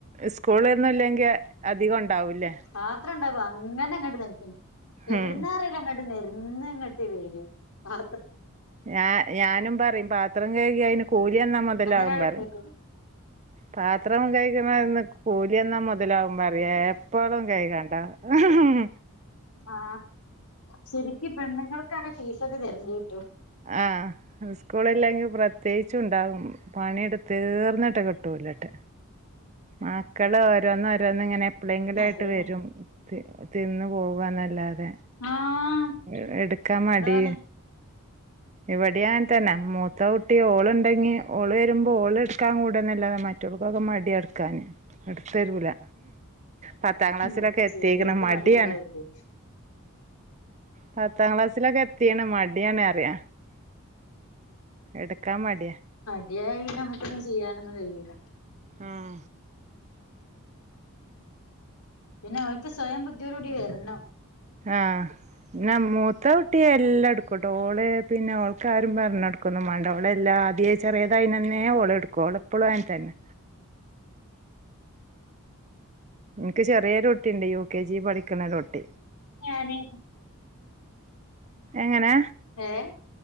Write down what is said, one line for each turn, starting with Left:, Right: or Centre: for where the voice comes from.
Right: സ്കൂള് ഇന്നുല്ലെങ്കിൽ അധികം ഉണ്ടാവൂല്ലേ
Left: പാത്രം ഉണ്ടാകും അങ്ങനെ അങ്ങട്ട് <unintelligible> എവിടുന്ന
Right: ഉം
Left: അറീല ങ്ങട്ട് നെര്ന്ന് ഇങ്ങട്ട് വരും ആ
Right: ഞാ ഞാനും പറയും പാത്രം കഴുകി അയിന് കൂലിന്നാ മുതലാകും
Left: അന്നേരം അവിടെ
Right: പറയും
Left: ഇട്ടേക്കും
Right: പാത്രം കഴിക്കണന്ന് കൂലിയന്നാ മൊതലാകുമ്പറിയ എപ്പളും കഴികണ്ട ഉം
Left: ആ ശരിക്ക് പെണ്ണുങ്ങൾക്കാണ് ഫീസ് ഒക്കെ തര്ണ്ടയ്
Right: ആ സ്കൂള് ഇല്ലെങ്കിൽ പ്രത്യേകിച്ചും ഉണ്ടാകും പണിയെടു തീർന്നി ട്ട് കിട്ടൂലട്ട് മക്കൾ ഓരോന്ന് ഓരോന്ന് ഇങ്ങനെ എപ്പ്ളേങ്കിലു ആയിട്ട്
Left: അതന്നെ
Right: വരും തി തിന്ന് പോകന്നല്ലാതെ
Left: ആഹ്
Right: എ എടുക്കാ മടി
Left: അതാണ്
Right: ഇവിടെയാൻതന്നെ മൂത്ത കുട്ടി ഓള്ണ്ടെങ്കി ഓള് വരുമ്പോ ഓള് ട്ക്കാൻ കൂടന്നല്ലാതെ മറ്റു ക്കൊക്കെ മടിയ ഇട്ക്കാന് ഇട്ത്തരൂല പത്താം ക്ലാസ്സിലൊക്കെ
Left: മടിച്ചോരിക്ക്
Right: എത്തിക്കണ് മടിയാണ്
Left: മടി ഉണ്ടാവൂലേ
Right: പത്താം ക്ലാസ്സിലൊക്കെ എത്തീണ് മടിയാണ് അറിയാ എടുക്കാ മടിയാ
Left: അതിയായി നമുക്കൊന്നും ചെയ്യാനൊന്നും കഴിയില്ല
Right: ആഹ
Left: പിന്നെ അവൾക്ക് സ്വയം ബുദ്ധിയോട കൂടി വരണോ
Right: ആഹ ാ മൂത്ത കുട്ടിയ എല്ലാം എടുക്കും ഡടോള് പിന്നെ അവൾക്കാരും പറഞ്ഞഞ്െടുക്കുന്നു മണ്ടോള എല്ലാം ആദ്യ ചെറിയത അതിനന്ന്നെ ഓള എടുക്കുവോള എപ്പോളും അയിന് തന്നെ എനിക്ക് ചെറിയൊരുൊട്ടിുണ്ട് യു കെ ജി പഠിക്കുന്നരുൊട്ടി
Left: ഞാന്
Right: എങ്ങനെ
Left: ഹഹ